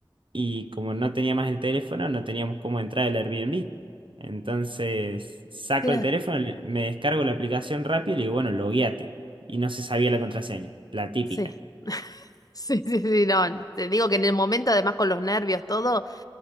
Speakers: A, on the right; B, on the left.
A: y como no tenía más el teléfono, no teníamos cómo entrar al Airbnb. Entonces saco
B: claro,
A: el teléfono, le- me descargo la aplicación rápido y le digo, bueno, logueate. Y no se sabía la contraseña, la típica.
B: sí. <laughs> Sí, sí, sí, no, te digo que en el momento, además con los nervios, todo,